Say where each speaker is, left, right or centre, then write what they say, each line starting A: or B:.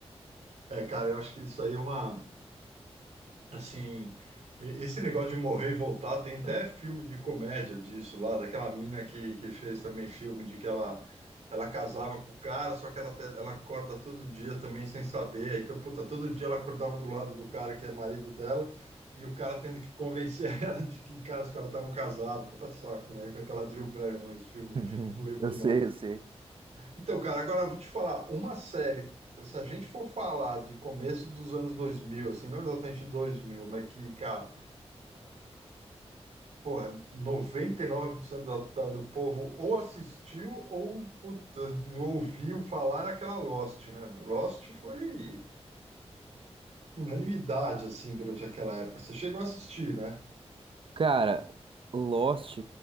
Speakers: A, on the right; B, on the right.
A: É, É, cara, eu acho que isso aí é uma. Assim, e- esse negócio de morrer e voltar, tem até filme de comédia disso lá, daquela mina que, que fez também filme de que ela, ela casava com o cara, só que ela, te- ela acorda todo dia também sem saber. Então, puta, todo dia ela acordava do lado do cara que é marido dela e o cara tendo que convencer <laughs> ela de que, cara, os caras estavam casados. Puta saco, né? Que é Aquela Drew Barrymore, esse filme,
B: <laughs>
A: não lembro
B: Eu
A: do
B: sei,
A: nome.
B: eu sei.
A: Então, cara, agora eu vou te falar, uma série, se a gente for falar de começo dos anos 2000, assim, não exatamente 2000, mas que, cara, porra, 99% da, da, do povo ou assistiu ou puta, ouviu falar aquela Lost, né? Lost foi unanimidade, assim, durante aquela época. Você chegou a assistir, né?
B: Cara, Lost,